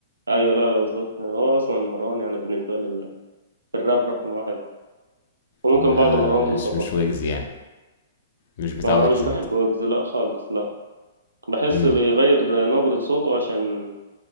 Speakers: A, on the right (about 85°); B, on the left (about 55°).
A: أيوة لا لا بالظبط هو أصلا مروان يعني بالنسبة لي ال- الراب رقم واحد وممكن
B: ما
A: بعده مروان
B: مش
A: موسى برضه
B: مش ويجز يعني مش بتاع
A: ما
B: ويجز
A: مش بحب
B: انت
A: ويجز لا خالص لا بحس
B: امم
A: بيغير نبرة صوته عشان